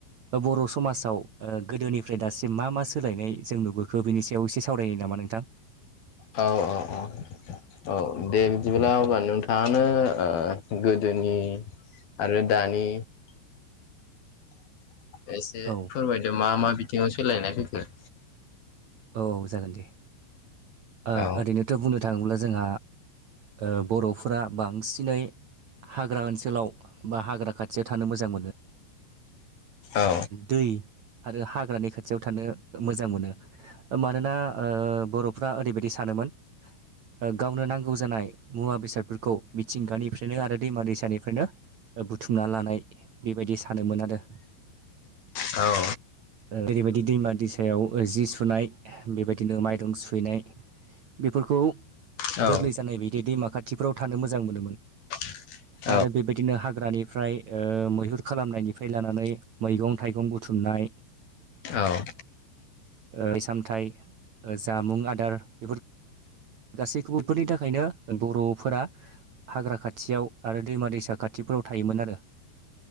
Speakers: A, on the right; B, on the left.
A: बर' समाजाव ओ गोदोनिफ्राय दासिम मा मा सोलायनाय जों नुबोखो बेनि सायाव बेयाव एसे सावरायनो नामा नोंथां
B: औ औ औ औ दे बिदिब्ला अब्ला नोंथाङानो गोदोनि आरो दानि एसे
A: औ
B: फोरमायदो मा मा बिथिङाव सोलायनाय फैखो
A: औ जागोन दे ओ
B: औ
A: ओरैनोथ' बुंनो थाङोब्ला जोंहा ओ बर'फोरा बांसिनै हाग्रा ओनसोलाव बा हाग्रा खाथियाव थानो मोजां मोनो
B: औ
A: दै आरो हाग्रानि खाथियाव थानो मोजां मोनो मानोना ओ बर'फ्रा ओरैबायदि सानोमोन ओ गावनो नांगौ जानाय मुवा बेसादफोरखौ मिथिंगानिफ्रायनो आरो दैमा दैसानिफ्रायनो बुथुमना लानाय बेबायदि सानोमोन आरो
B: औ
A: जेरैबायदि दैमा दैसायाव जि सुनाय बेबायदिनो माइरं सुहैनाय बेफोरखौ
B: औ
A: गोरलै जानाय बायदि दैमा खाथिफ्राव थानो मोजां मोनोमोन
B: <inaudible>
A: आरो बेबायदिनो हाग्रानिफ्राय ओ मैहुर खालामनायनिफ्राय लानानै मैगं थाइगं बुथुमनाय
B: औ
A: ओ <unintelligible> सामथाइ जामुं आदार बेफोर गासैखौबो फोरनि थाखायनो बर'फोरा हाग्रा खाथियाव आरो दैमा दैसा खाथिफोराव थायोमोन आरो